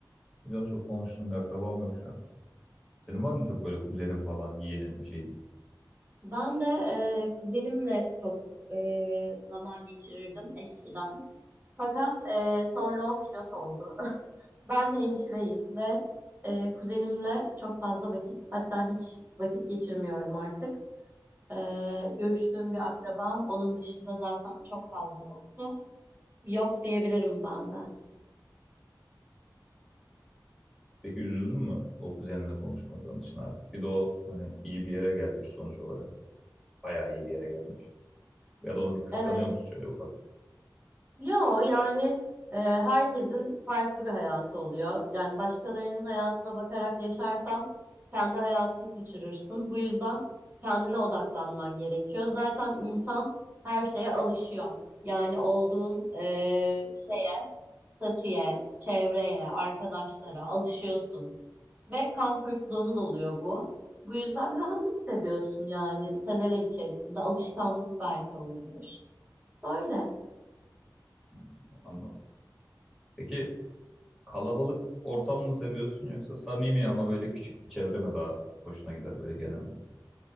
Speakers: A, in the centre; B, on the right.
A: Biz onu çok konuştuğum bir akrabam yok şu an. Senin var mı çok böyle kuzenin falan, yeğenin bir şeyin?
B: Ben de e, kuzenimle çok e, zaman geçirirdim eskiden. Fakat e, sonra o pilot oldu. <laughs> Ben hemşireyim ve e, kuzenimle çok fazla vakit hatta hiç vakit geçirmiyorum artık. E, görüştüğüm bir akrabam onun dışında zaten çok fazla yoktu. Yok diyebilirim ben de.
A: Peki üzüldün mü o kuzeninle konuşmadığın için artık? Bir de o hani iyi bir yere gelmiş sonuç olarak. Bayağı iyi bir yere gelmiş. Ya da onu bir kıskanıyor
B: Evet,
A: musun şöyle ufak?
B: Yo yani e, herkesin farklı bir hayatı oluyor. Yani başkalarının hayatına bakarak yaşarsam kendi hayatını kaçırırsın. Bu yüzden kendine odaklanman gerekiyor. Zaten insan her şeye alışıyor. Yani olduğun e, şeye, statüye, çevreye, arkadaşlara alışıyorsun. Ve comfort zone'un oluyor bu. Bu yüzden rahat hissediyorsun yani seneler içerisinde alışkanlık belki olabilir. Böyle.
A: Hmm, anladım. Peki kalabalık ortam mı seviyorsun yoksa samimi ama böyle küçük bir çevre mi daha hoşuna gider böyle genelde?